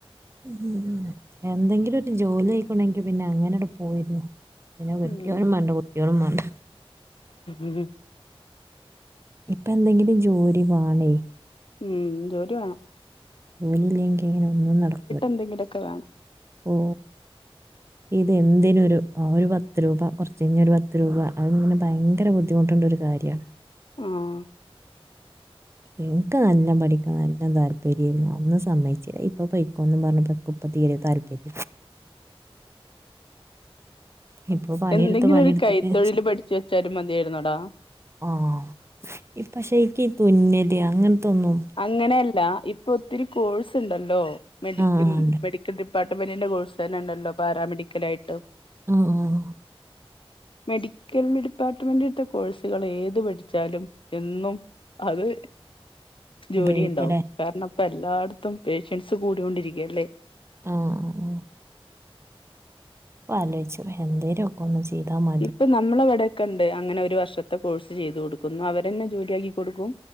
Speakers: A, on the right; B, on the left.
A: ഉം എന്തെങ്കിലും ഒരു ജോലി ആയിക്ക്ണെങ്കി പിന്നെ അങ്ങനെങ്ങട്ട് പോയിരുന്നു. പിന്നെ കെട്ടിയോനും
B: ഉം
A: മാണ്ട കുട്ടിയോളും മാണ്ട.
B: ഉം
A: ഇപ്പൊ എന്തെങ്കിലും ജോലി വാണേയ്
B: ഉം ജോലി വാണം
A: ജോലില്ലെങ്കിൽ അങ്ങനെ ഒന്നും നടക്കൂല
B: എന്തെങ്കിലൊക്കെ വേണം.
A: ഓ. ഇത് എന്തിനു ഒരു ഒരു പത്ത് രൂപ കുറച്ച് കഴിഞ്ഞാ ഒരു പത്ത് രൂപ അത്ങ്ങനെ ഭയങ്കര ബുദ്ധിമുണ്ട് ഉള്ള ഒരു കാര്യണ്.
B: ഉം
A: എനിക്ക് നല്ല പഠിക്കാൻ നല്ല താല്പര്യം രെനി അന്ന് സമ്മച്ചില്ലേ ഇപ്പൊ പോക്കോന്ന് പറഞ്ഞപ്പ ഇപ്പം തീരെ താല്പര്യ ഇപ്പൊ പണിയെടുത്ത്
B: എന്തെങ്കിലും
A: പണിയെടുത്തിട്ട്
B: ഒരു കൈത്തൊഴിൽ പഠിച്ച് വെച്ചാലും മതിയായിരുന്നെടാ.
A: ആഹ് ഇപ്പ ക്ഷെ എനിക്ക് ഈ തുനല് അങ്ങനത്തൊന്നും
B: അങ്ങനെയല്ല ഇപ്പൊ ഒത്തിരി കോഴ്സ് ഉണ്ടല്ലോ മെഡിക്ക്
A: ആ ഉണ്ട്
B: മെഡി ഡിപ്പാർട്ട്മെന്റിന്റെ കോഴ്സ് തന്നെണ്ടല്ലോ പാരമെഡിക്കൽ ആയിട്ട്.
A: ആഹ് ആഹ് ആഹ്
B: മെഡിക്കല് ഡിപ <unintelligible> കോഴ്സുകള് ഏത് പഠിച്ചാലും എന്നും അത് ജോലി
A: ഉപയോഗിക്കല്ലേ
B: ഉണ്ടാവും കാരണം ഇപ്പോ എല്ലായിടത്തും പേഷ്യൻസ് കൂടൊണ്ടിരിക്കയല്ലേ
A: ആഹ് ആഹ് ആഹ് ആലോച്ചു എന്തേരു ഒന്ന് ചെയ്താ മ
B: ഇപ്പൊ നമ്മളെവിടെയൊക്കെ ഇണ്ട് അങ്ങനെ ഒരു വർഷത്തെ കോഴ്സ് ചെയ്തു കൊടുക്കുന്നു അവരെന്നെ ജോലിയ ആക്കി കൊടുക്കും.